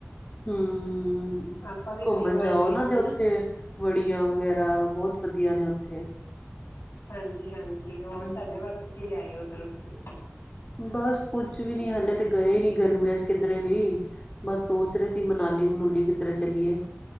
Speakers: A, on the left (about 25°); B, on the left (about 75°).
A: ਹਮ,
B: ਆਪਾਂ ਵੀ
A: ਘੁੰਮਣ
B: ਕਈ ਵਾਰ
A: ਜਾਓ
B: ਗਏ
A: ਨਾ
B: ਨੇ
A: ਤੇ ਉੱਥੇ ਵੜੀਆਂ ਵਗੈਰਾ ਬਹੁਤ ਵਧੀਆ ਨੇ ਉੱਥੇ।
B: ਹਾਂਜੀ-ਹਾਂਜੀ, ਹੋਰ
A: ਹਮ
B: ਸਾਡੇ ਵਾਸਤੇ ਕੀ ਲਿਆਏ ਓ ਉੱਧਰੋਂ ਤੁਸੀਂ।
A: ਬਸ ਕੁੱਝ ਵੀ ਨੀ ਹਲੇੇ ਤੇ ਗਏ ਨੀ ਗਰਮੀਆਂ 'ਚ ਕਿਧਰੇ ਵੀ। ਬਸ ਸੋਚ ਰਹੇ ਸੀ
B: ਅੱਛਾ
A: ਮਨਾਲੀ-ਮਨੂਲੀ ਕਿੱਧਰੇ ਚਲੀਏ।